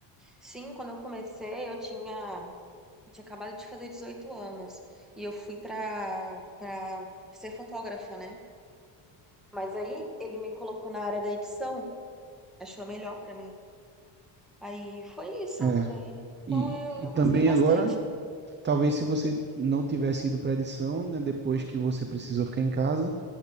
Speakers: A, in the centre; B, on the right.
A: Sim, quando eu comecei, eu tinha eu tinha acabado de fazer 18 anos e eu fui para para ser fotógrafa, né? Mas aí ele me colocou na área da edição, achou melhor para mim. Aí foi isso.
B: É.
A: Aí, então
B: E,
A: eu,
B: e
A: eu
B: também
A: gostei bastante.
B: agora, talvez se você não tivesse ido para edição, né, depois que você precisou ficar em casa,